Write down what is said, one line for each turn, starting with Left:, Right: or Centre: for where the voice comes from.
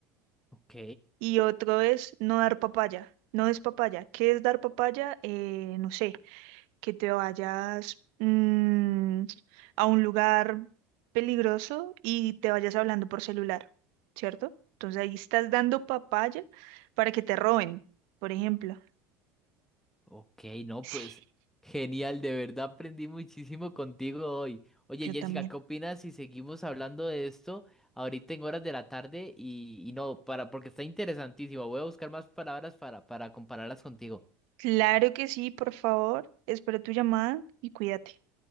Centre: Ok.
Right: Y otro es no dar papaya, no es papaya. ¿Qué es dar papaya? Eh, no sé, que te vayas mm, a un lugar peligroso y te vayas hablando por celular, ¿cierto? Entonces ahí estás dando papaya para que te roben, por ejemplo.
Centre: Ok, no,
Right: Sí,
Centre: pues genial, de verdad aprendí muchísimo contigo hoy. Oye,
Right: yo
Centre: Jessica,
Right: también.
Centre: ¿qué opinas si seguimos hablando de esto ahorita en horas de la tarde? Y, y no, para, porque está interesantísimo. Voy a buscar más palabras para, para compararlas contigo.
Right: Claro que sí, por favor. Espero tu llamada y cuídate.